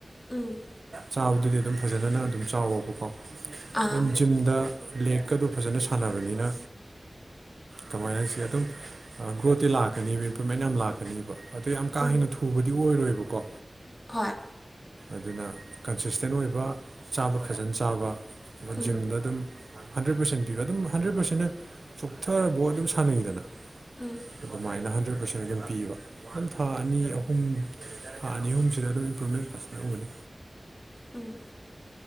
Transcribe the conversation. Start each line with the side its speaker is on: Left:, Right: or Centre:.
Left: ꯎꯝ
Right: ꯆꯥꯕꯗꯨꯗꯤ ꯑꯗꯨꯝ ꯐꯖꯅꯅ ꯑꯗꯨꯝ ꯆꯥꯎꯋꯕꯀꯣ
Left: ꯑꯥ
Right: ꯑꯗꯨꯝ ꯖꯤꯝꯗ ꯂꯦꯛꯀ ꯑꯗꯨꯣ ꯐꯖꯅ ꯁꯥꯟꯅꯕꯅꯤꯅ ꯀꯃꯥꯏꯅ ꯁꯤ ꯑꯗꯨꯝ ꯒ꯭ꯔꯣꯠꯇꯤ ꯂꯥꯛꯀꯅꯤꯕ ꯏꯝꯄ꯭ꯔꯨꯕꯃꯦꯟ ꯌꯥꯝ ꯂꯥꯛꯀꯅꯦꯕ ꯑꯗꯣ ꯌꯥꯝ ꯀꯥ
Left: ꯎꯝ
Right: ꯍꯦꯟꯅ ꯊꯨꯕꯗꯤ ꯑꯣꯏꯔꯣꯏꯕꯀꯣ
Left: ꯍꯣꯏ
Right: ꯑꯗꯨꯅ ꯀꯟꯁꯤꯁꯇꯦꯟ ꯑꯣꯏꯕ ꯆꯥꯕ ꯈꯖꯅ ꯆꯥꯕ
Left: ꯎꯝ
Right: ꯖꯤꯝꯗ ꯑꯗꯨꯝ ꯍꯟꯗ꯭ꯔꯦꯠ ꯄꯥꯔꯁꯦꯟ ꯄꯤꯕ ꯑꯗꯨꯝ ꯍꯟꯗ꯭ꯔꯦꯠ ꯄꯔꯁꯦꯟꯅ ꯆꯣꯛꯊꯔꯔꯕꯥꯎ ꯑꯗꯨꯝ ꯁꯥꯟꯅꯩꯗꯅ
Left: ꯎꯝ
Right: ꯑꯗꯨꯃꯥꯏꯅ ꯍꯟꯗ꯭ꯔꯦꯠ ꯄꯥꯔꯁꯦꯟ ꯑꯗꯨꯝ ꯄꯤꯕ ꯑꯗꯨꯝ ꯊꯥ ꯑꯅꯤ ꯑꯍꯨꯝ ꯊꯥ ꯑꯅꯤ ꯑꯍꯨꯝꯁꯤꯗ ꯑꯗꯨꯝ ꯏꯝꯄ꯭ꯔꯨꯚꯃꯦꯟ ꯐꯖꯅ ꯎꯒꯅꯤ
Left: ꯎꯝ